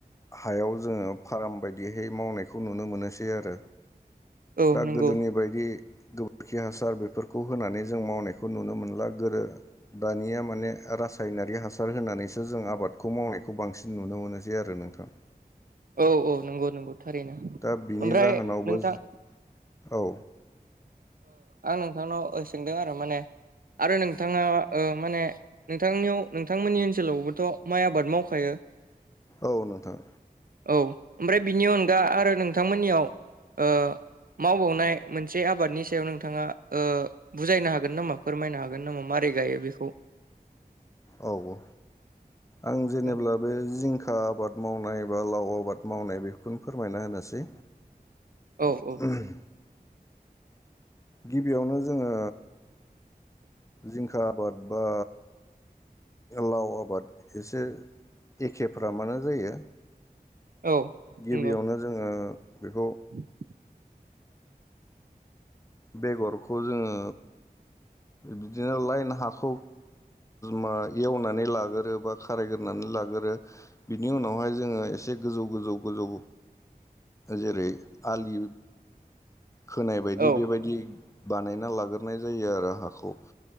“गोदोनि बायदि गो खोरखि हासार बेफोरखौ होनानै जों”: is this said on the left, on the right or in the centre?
Left